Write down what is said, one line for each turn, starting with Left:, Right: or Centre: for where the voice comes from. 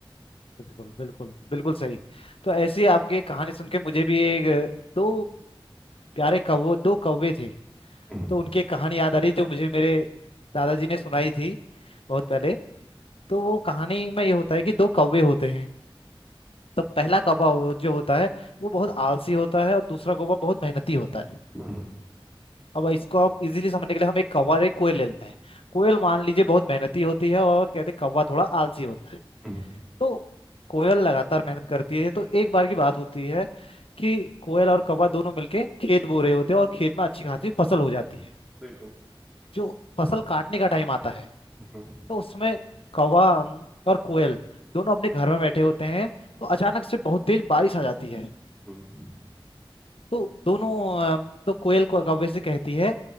Left: बिल्कुल बिल्कुल बिल्कुल सही तो ऐसी आपकी कहानी सुन के मुझे भी एक दो प्यारे कौवे दो कौवे थे
Centre: हम्म,
Left: तो उनकी एक कहानी याद आ रही जो मुझे मेरे दादाजी ने सुनाई थी बहुत पहले तो वो कहानी में ये होता है कि दो कौवे होते हैं तो पहला कौवा हो- जो होता है वो बहुत आलसी होता है और दूसरा कौवा बहुत मेहनती होता है
Centre: हम्म, हम्म,
Left: अब इसको आप इजीली समझने के लिए हम एक कौवा और एक कोयल ले लेते हैं कोयल मान लीजिए बहुत मेहनती होती है और कहते हैं कौवा थोड़ा आलसी होता है
Centre: हम्म,
Left: तो कोयल लगातार मेहनत करती है तो एक बार की बात होती है कि कोयल और कौवा दोनों मिलके खेत बो रहे होते हैं और खेत में अच्छी खासी फसल हो जाती है
Centre: बिल्कुल
Left: जो फसल काटने का टाइम आता है
Centre: हम्म,
Left: तो उस समय कौवा अम, और कोयल दोनों अपने घर में बैठे होते हैं तो अचानक से बहुत तेज बारिश आ जाती है
Centre: हम्म,
Left: तो दोनों अम, तो कोयल को कौवे से कहती है